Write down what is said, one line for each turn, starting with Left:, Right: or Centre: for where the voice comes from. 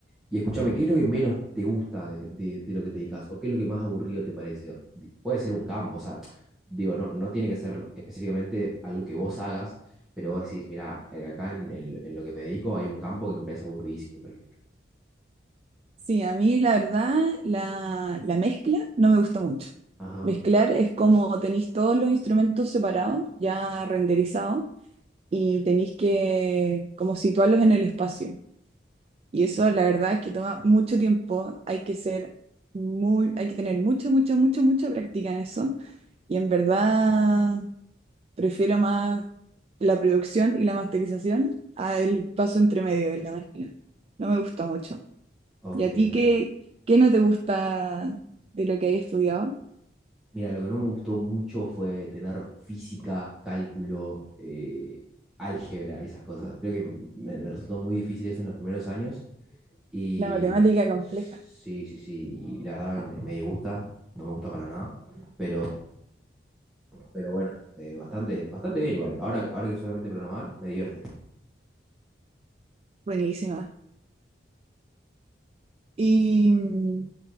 Centre: Y escúchame, ¿qué es lo que menos te gusta de, de- de lo que te dedicas? ¿O qué es lo que más aburrido te parece? Di- Puede ser un campo, o sea, digo, no, no tiene que ser específicamente algo que vos hagas, pero vos decís, mira, eh, acá en, el- en lo que me dedico hay un campo que me parece aburridísimo, por ejemplo.
Right: Sí, a mí la verdad, la, la mezcla no me gusta mucho.
Centre: Ajá.
Right: Mezclar es como tenéis todos los instrumentos separados, ya
Centre: Sí.
Right: renderizados y tenéis que como situarlos en el espacio. Y eso la verdad es que toma mucho tiempo, hay que ser muy, hay que tener mucha, mucha, mucha, mucha práctica en eso. Y en verdad prefiero más la producción y la masterización al paso entre medio de la mezcla. No me gusta mucho.
Centre: Ok,
Right: ¿Y a ti
Centre: ok.
Right: qué, qué no te gusta de lo que hay estudiado?
Centre: Mira, lo que no me gustó mucho fue tener física, cálculo, eh, álgebra esas cosas. Creo que me, me resultó muy difícil eso en los primeros años. Y
Right: La matemática compleja.
Centre: sí, sí, sí. y La verdad me, me disgusta, no me gusta para nada. Pero, pero bueno, eh, bastante, bastante bien igual. Ahora, ahora que solamente programar, me divierte.
Right: Buenísima. Y mm,